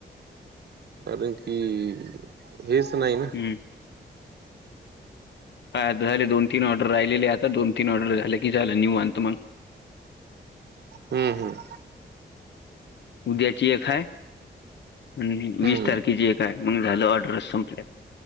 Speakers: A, on the right; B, on the left.
A: कारण की हेच नाही ना.
B: ह <inaudible> ह झाले दोन तीन ऑर्डर राहिलेले आता दोन तीन ऑर्डर झाले की झालं निवांत मग
A: हम्म हम्.
B: उद्याची एक आहे. आणि
A: हम्म
B: वीस तारखे एकय म झालं ऑर्डर संपल्यात.